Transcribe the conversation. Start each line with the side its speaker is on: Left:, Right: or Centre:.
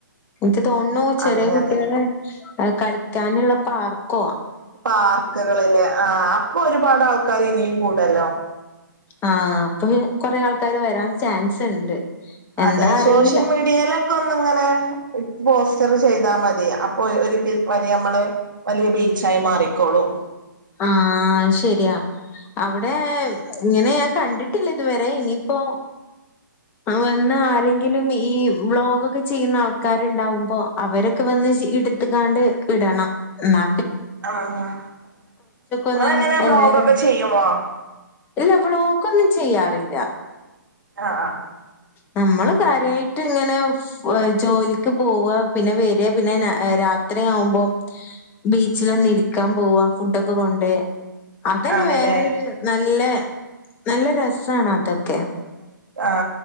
Left: ഇൻക്ക് തോന്നുണു ചെറിയ
Right: അതെ
Left: കുട്ട്യാളെ
Right: അതെ
Left: കളിക്കാനുള്ള പാർക്ക്
Right: പാർക്കുകള് ല്ലെ ആ അപ്പൊ ഒരുപാട് ആൾക്കാര് ഇനിയും കൂടല്ലോ
Left: ആ അപ്പൊ കൊറേ ആൾക്കാര് വരാൻ ചാൻസ് ഇണ്ട് എന്താ
Right: അതെ
Left: അറിയൂല.
Right: ശോഷ്യൽ മീഡിയേലൊക്കൊന്ന്ങ്ങനെ പോസ്റ്റർ ചെയ്താ മ തി അപ്പൊ ഒരു ബിൽ വലിയമ്മള് വലിയ ബീച്ചായി മാറിക്കോളും
Left: ആ ശരിയാ അവിടെ ഇങ്ങനെ ഞാൻ കണ്ടിട്ടില്ല ഇതുവരെ ഇനിയിപ്പൊ വന്ന് ആരെങ്കിലും ഈ വ്ലോഗൊക്കെ ചെയ്യുന്ന ആൾക്കാരുണ്ടാവുമ്പോ അവരൊക്കെ വ ന്ന് ഇട്ത്ത്ക്കാണ്ട് വിടണം ന്നാ
Right: ആ ഇങ്ങളെങ്ങനെ
Left: ഒന്ന്
Right: വ്ലോഗൊക്കെ
Left: എല്ലാരും
Right: ചെയ്യുമോ
Left: ഇല്ല വ്ലോകൊന്നും ചെയ്യാറില്ല
Right: ആ അ
Left: നമ്മള് കാര്യയിട്ട് ഇങ്ങനെ ജോലിക്ക് പോവ പിന്നെ വര പിന്നെ രാത്രി ത്രെയാവുമ്പോം ബീച്ചിലൊന്ന് ഇരിക്കാൻ പോവ ഫുഡൊക്കെ കൊണ്ട് അതന്നെ
Right: ആണല്ലേ
Left: വേറൊരു നല്ല നല്ല രസാണ് അതൊക്കെ
Right: ആ